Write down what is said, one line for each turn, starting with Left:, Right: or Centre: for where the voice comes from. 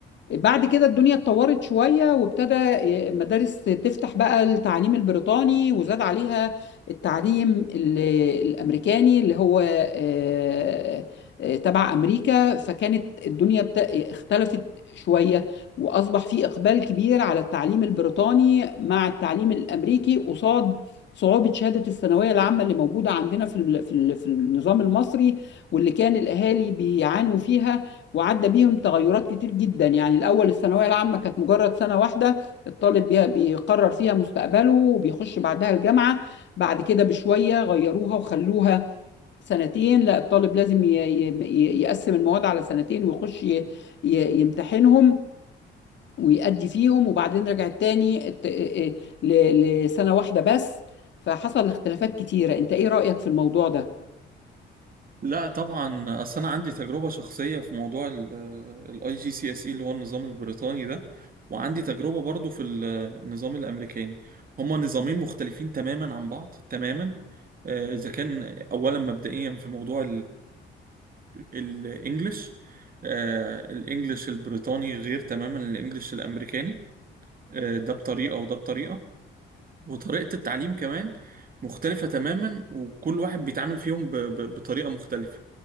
Left: بعد كده الدنيا اتطورت شوية وابتدى مدارس تفتح بقى التعليم البريطاني وزاد عليها التعليم ال- الأمريكاني اللي هو آه، آه، تبع أمريكا فكانت الدنيا بت- اختلفت شوية وأصبح في إقبال كبير على التعليم البريطاني مع التعليم الأمريكي قصاد صعوبة شهادة الثانوية العامة اللي موجودة عندنا في ال- في ال- في النظام المصري واللي كان الأهالي بيعانوا فيها وعدى بيهم تغيرات كتير جدا يعني الأول الثانوية العامة كانت مجرد سنة واحدة الطالب بي- بيقرر فيها مستقبله وبيخش بعدها الجامعة بعد كده بشوية غيروها وخلوها سنتين لا الطالب لازم ي- ي- ي- يقسم المواد على سنتين ويخش ي- ي- يمتحنهم ويأدي فيهم وبعدين رجعت تاني الت- ل- لسنة واحدة بس فحصل اختلافات كتيرة انت ايه رأيك في الموضوع ده؟
Right: لا طبعا اصل انا عندي تجربه شخصيه في موضوع الاي جي سي اس اي اللي هو النظام البريطاني ده وعندي تجربه برضو في ال- النظام الامريكاني هما نظامين مختلفين تماما عن بعض تماما آه، اذا كان اولا مبدئيا في موضوع الانجليش آه، الانجليش البريطاني غير تماما الانجليش الامريكاني آه، ده بطريقه وده بطريقه وطريقة التعليم كمان مختلفة تماما وكل واحد بيتعامل فيهم ب... ب... بطريقة مختلفة